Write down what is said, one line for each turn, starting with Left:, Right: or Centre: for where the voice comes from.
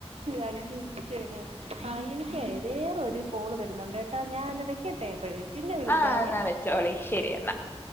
Right: അങ്ങനെ ഇരി ക്കാണ് പാ എനിക്ക് വേറൊരു കോള് വരുന്നുണ്ട്ട്ടോ ഞാന് വെക്കട്ടെ അപ്പഴേ പിന്നെ വിളിക്കാവേ
Left: ആഹ് എന്നാ വെച്ചോളി ശരി എന്നാ
Right: ഉം